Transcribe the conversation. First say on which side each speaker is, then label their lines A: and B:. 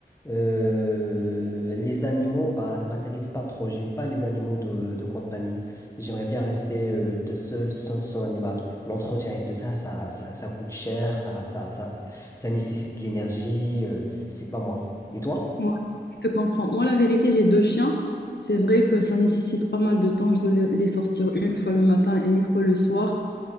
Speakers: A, on the left (about 15°); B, on the left (about 75°).
A: Euh, les animaux, bah, ça m'intéresse pas trop. J'aime pas les animaux de, de compagnie. J'aimerais bien rester euh, tout seul sans son animal. L'entretien et tout ça, ça, ça, ça coûte cher, ça, ça, ça, ça nécessite de l'énergie. euh, c'est pas moi. Et toi?
B: Ouais, je te comprends. Moi, la vérité, j'ai deux chiens. C'est vrai que ça nécessite pas mal de temps. Je dois le- les sortir une fois le matin et une fois le soir.